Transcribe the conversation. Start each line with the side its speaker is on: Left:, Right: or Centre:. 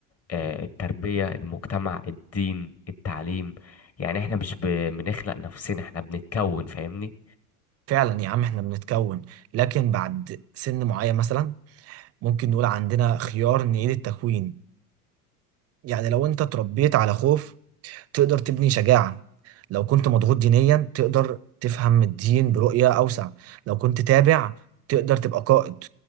Left: آه، التربية المجتمع الدين التعليم يعني احنا مش ب- بنخلق نفسنا احنا بنتكون فاهمني
Right: فعلا يا عم احنا بنتكون لكن بعد سن معين مثلا ممكن نقول عندنا خيار نعيد التكوين يعني لو انت اتربيت على خوف تقدر تبني شجاعة لو كنت مضغوط دينيا تقدر تفهم الدين برؤية أوسع لو كنت تابع تقدر تبقى قائد